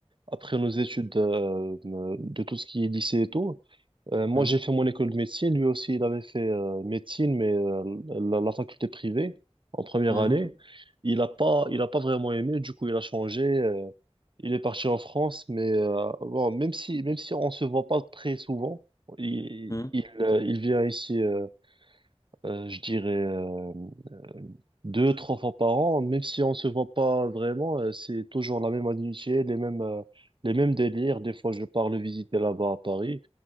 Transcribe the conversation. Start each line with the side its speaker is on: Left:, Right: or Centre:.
Right: après nos études euh, de tout ce qui est lycée et tout, euh, moi
Left: Mhm,
Right: j'ai fait mon école de médecine, lui aussi il avait fait euh, médecine, mais euh, la, la faculté privée en première
Left: mhm,
Right: année. Il a pas, il a pas vraiment aimé, du coup il a changé, euh, il est parti en France, mais euh, bon, même si, même si on se voit pas très souvent, il,
Left: mhm.
Right: il, euh, il vient ici. euh, euh, je dirais euh, euh, deux, trois fois par an, même si on se voit pas vraiment, euh, c'est toujours la même amitié, les mêmes, euh, les mêmes délires. Des fois, je pars le visiter là-bas à Paris.